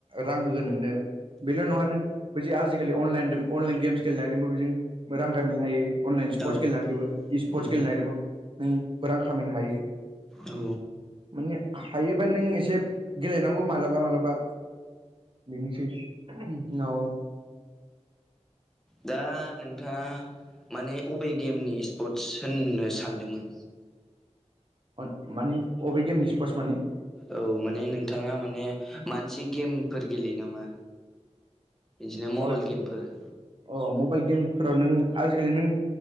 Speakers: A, on the right; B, in the centre.
A: रां होगोन नोंनो। बेल' नङा नों बिदि आजिखालि अनलाइन अनलाइन गेम्स गेलेनो हादोंबो बेजों रां खामायनो हायो अनलाइन स्पर्टस
B: औ
A: गेलेनायदोंबो स्पर्टस
B: उम
A: गेलेनायदोंबो नों रां खामायनो हायो।
B: औ
A: माने हायोबा नों एसे गेलेनांगौ मालाबा मालाबा बेनोसै ओम उनाव
B: दा नोंथाङा माने अबे गेमनि स्पर्ट्स होननो सानदोंमोन?
A: अन मानि अबे गेमनि स्पर्ट्स मानि?
B: औ माने नोंथाङा माने माबा मोनसे गेमफोर गेलेयो नामा? बिदिनो मबाइल
A: अ
B: गेमफोर
A: अ मबाइल गेमफोराव नों आजिखालि नों